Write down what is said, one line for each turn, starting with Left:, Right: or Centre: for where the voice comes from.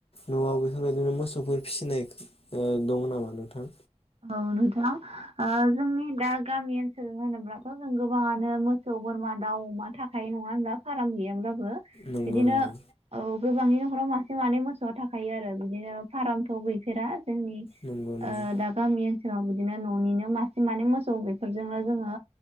Left: न'आव बेफोरबायदिनो मोसौफोर फिसिनाय ओ दङ नामा नोंथां?
Right: औ नोंथां ओ जोंनि दा गामि ओनसोल होनोब्लाथ' जों गोबाङानो मोसौ बोरमा दाउ अमा थाखायो नङा होनब्ला फाराम गैयाब्लाबो
Left: नंगौ
Right: बिदिनो
Left: नंगौ
Right: औ गोबाङैनो न'खराव मासे मानै मोसौआ थाखायो आरो बिदिनो फारामथ' गैफेरा जोंनि ओ
Left: नंगौ नंगौ
Right: दा ओनसोलाव बिदिनो न'निनो मासे मानै मोसौ बेफोरजोंनो जोङो